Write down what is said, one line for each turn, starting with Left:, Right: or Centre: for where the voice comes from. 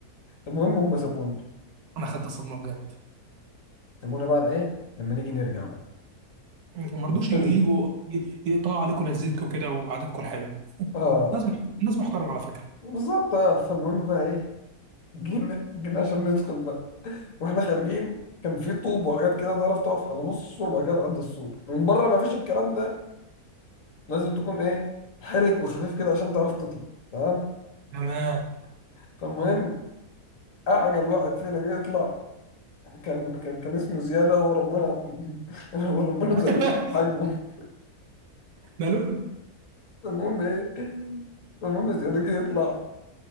Left: المهم هم سابونا
Right: انا خدت صدمه بجد
Left: سابونا بعد ايه لما نيجي نرجع بقى
Right: مم. وما رضوش
Left: حلو.
Right: يجوا ي- يقطعوا عليكم لذتكم كده وقعدتكم الحلوه
Left: اه
Right: ناس مح... ناس محترمه على فكره
Left: بالظبط اه فالمهم بقى ايه جينا جينا عشان ندخل بقى واحنا خارجين كان في طوب وحاجات كده تعرف تقف على نص السور وبعد كده تعدي السور من بره ما فيش الكلام ده لازم تكون ايه حرك وخفيف كده عشان تعرف تطلع تمام
Right: تمام
Left: فالمهم اعجل واحد فينا جه يطلع كان كان كان اسمه زيادة وربنا <laughs> وربنا
Right: <laughs>
Left: مزود في حجمه
Right: ماله
Left: المهم ايه المهم زيادة جه يطلع